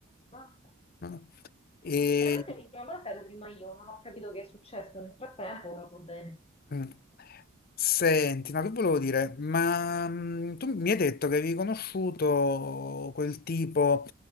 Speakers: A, on the left; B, on the left.
A: Mazza.
B: No, no. E
A: Veramente l'ultima volta ero prima io, non ho capito che è successo. Nel frattempo, ora va bene.
B: Mm. Senti, ma che volevo dire? Ma mm, tu mi hai detto che avevi conosciuto quel tipo